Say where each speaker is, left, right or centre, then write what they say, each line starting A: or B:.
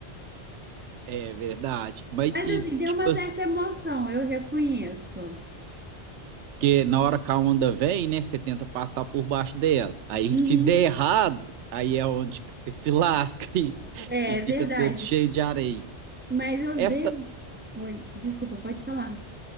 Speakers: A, on the right; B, on the right.
A: É verdade.
B: <laughs>
A: Mas,
B: Mas
A: e,
B: assim, tem
A: tipo
B: uma certa emoção, eu reconheço.
A: Porque na hora que a onda vem, né, você tenta passar por baixo dela. Aí
B: Uhum.
A: se der errado, aí é onde que você se lasca <laughs> e,
B: É
A: e fica
B: verdade.
A: todo cheio de areia.
B: Mas às
A: Essa
B: vezes. Oi, desculpa, pode falar.